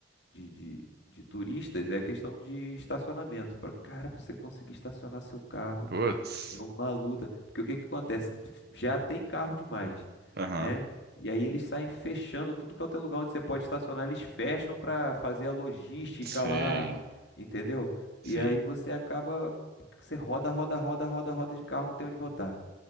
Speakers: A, on the left; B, on the right.
A: de, de, de turistas é a questão de estacionamento. Pra, cara, para você conseguir estacionar seu carro
B: Putz.
A: é uma luta, porque o que que acontece? Já tem carro demais,
B: Aham.
A: né? E aí eles saem fechando tudo quanto é lugar onde você pode estacionar, eles fecham para fazer a logística
B: Sim,
A: lá, entendeu?
B: sim,
A: E aí você acaba, você roda, roda, roda, roda, roda de carro, não tem onde botar.